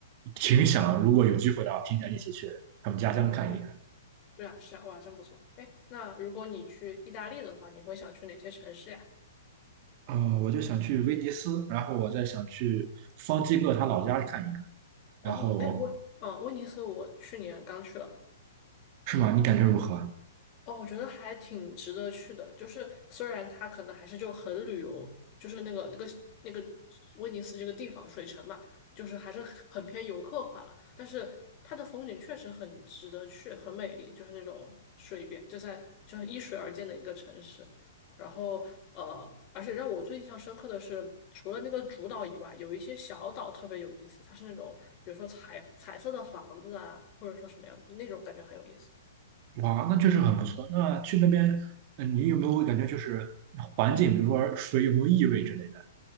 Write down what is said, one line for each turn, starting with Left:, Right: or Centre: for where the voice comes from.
Right: 挺想，如果有机会的话，挺想一起去他们家乡看一看。
Left: 嗯，对啊，是啊，哇，真不错。哎，那如果你去意大利的话，你会想去哪些城市呀？
Right: 嗯、我就想去威尼斯，然后我再想去方基哥他老家看一看。
Left: 哦，
Right: 然后
Left: 哎，我嗯，威尼斯我去年刚去了，
Right: 是吗？你感觉如何啊？
Left: 哦，我觉得还挺值得去的。就是虽然它可能还是就很旅游，就是那个那个那个威尼斯这个地方水城嘛，就是还是很偏游客化了。但是它的风景确实很值得去，很美丽，就是那种水边，就在就是依水而建的一个城市。然后呃，而且让我最印象深刻的是，除了那个主岛以外，有一些小岛特别有意思，它是那种比如说彩彩色的房子啊，或者说什么样那种感觉很有意思。
Right: 哇，那确实很不错。那去那边，呃你有没有感觉就是环境，比如说水有没有异味之类的？